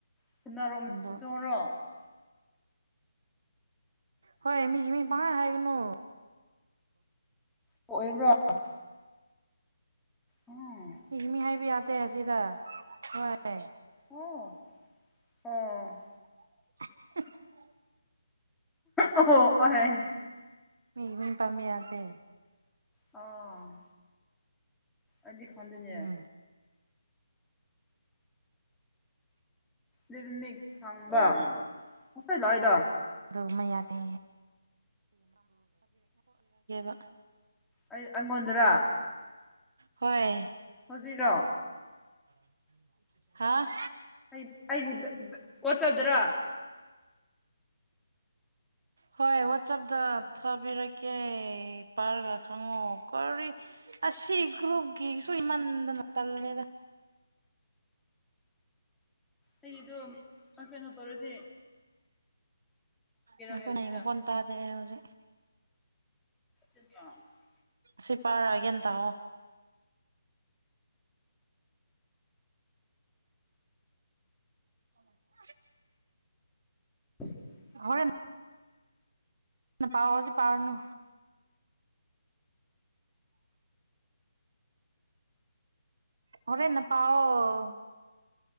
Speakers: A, in the centre; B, on the right.
A: <unintelligible>
B: ꯑꯗꯣ ꯍꯣꯏ ꯃꯤ ꯒꯤ ꯃꯤ ꯄꯪ ꯍꯥꯏ ꯍꯥꯏꯒꯅꯣ
A: ꯑꯣꯏꯕ꯭ꯔꯥ? ꯎꯝ
B: ꯃꯤꯒꯤ ꯃꯤꯡ ꯍꯥꯏꯕ ꯌꯥꯗꯦ ꯑꯁꯤꯗ ꯍꯣꯏ꯫
A: ꯑꯣ <unintelligible>
B: <unintelligible> <inaudible>
A: ꯑꯣꯍꯣ ꯑꯍꯣꯏ ꯫
B: ꯃꯤꯒꯤ ꯃꯤꯡ ꯄꯟꯕ ꯌꯥꯗꯦ꯫
A: ꯑꯣ ꯑꯩꯗꯤ ꯈꯪꯗꯦꯅꯦ꯫
B: ꯎꯝ
A: ꯂꯤꯕ ꯃꯤꯛꯁ ꯍꯪꯕ ꯉꯁꯥꯏ ꯂꯥꯛꯏꯗ
B: ꯑꯗꯨꯒꯨꯝꯕꯥ ꯌꯥꯗꯦ꯫ <unintelligible>
A: ꯑꯩ ꯑꯩꯉꯣꯟꯗꯔ?
B: ꯍꯣꯏ꯫
A: ꯍꯧꯖꯤꯛꯔꯣ?
B: <unintelligible> <inaudible> ꯍꯥꯥ
A: ꯑꯩ ꯑꯩꯒꯤ ꯋꯥꯆꯗ꯭ꯔ
B: ꯍꯣꯏ ꯋꯥꯆꯞꯇ ꯊꯥꯕꯤꯔꯛꯀꯦ ꯄꯥꯏꯔꯒ ꯈꯪꯉꯣ ꯀꯔꯤ ꯑꯁꯤ ꯒ꯭ꯔꯨꯨꯞꯒꯤ ꯁꯣꯏꯃꯟꯗꯅ ꯇꯜꯂꯦꯗ
A: ꯑꯩꯒꯤꯗꯨ ꯀꯩꯅꯣ ꯇꯔꯗꯤ
B: ꯉꯥꯏꯈꯣꯅꯦ
A: ꯍꯥꯏꯕꯅꯤꯗ
B: ꯃꯈꯣꯟ ꯇꯥꯗꯦ ꯑꯩ ꯍꯧꯖꯤꯛ꯫
A: <unintelligible>
B: ꯁꯤꯄꯥꯥꯔꯒꯦ ꯇꯣ <unintelligible>
A: <unintelligible>
B: ꯍꯣꯔꯦꯟ ꯅ ꯄꯑꯣꯁꯤ ꯄꯥꯔꯅ ꯍꯣꯔꯦꯟꯅ ꯄꯥꯎꯑꯣ